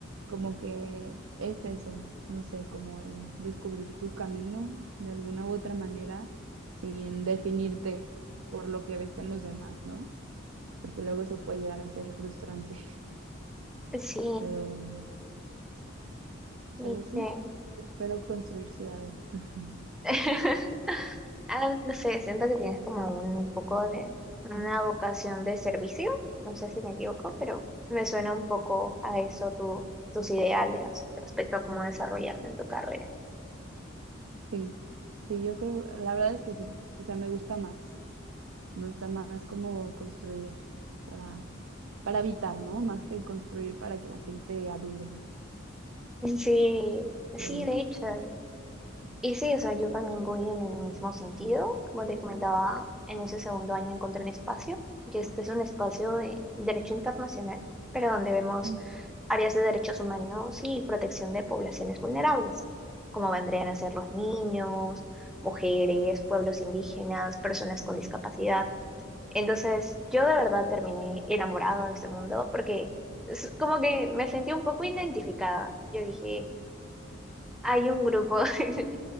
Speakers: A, on the right; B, in the centre.
A: como que es eso, no sé, como el descubrir tu camino de alguna u otra manera sin definirte por lo que ves en los demás, ¿no? Porque luego eso puede llegar a ser frustrante, <laughs>
B: Sí,
A: pero
B: sí,
A: Pero sí,
B: te-
A: yo espero construir ciudades. <laughs>
B: <laughs> Ah, no sé, siento que tienes como un poco de una vocación de servicio, no sé si me equivoco, pero me suena un poco a eso tu, tus ideales respecto a cómo desarrollarte en tu carrera.
A: Sí, sí, yo creo, la verdad es que sí. O sea, me gusta más. Me gusta más como construir para, para habitar, ¿no? Más que construir para que la gente adule.
B: Sí, sí,
A: Pero,
B: de hecho, Y sí, o sea, yo también voy en el mismo sentido. Como te comentaba, en ese segundo año encontré un espacio, y este es un espacio de derecho internacional, pero donde vemos
A: mm,
B: áreas de derechos humanos y protección de poblaciones vulnerables, como vendrían a ser los
A: wow,
B: niños, mujeres, pueblos indígenas, personas con discapacidad. Entonces, yo de verdad terminé enamorada de ese mundo porque es como que me sentí un poco identificada. Yo dije, hay un grupo <laughs>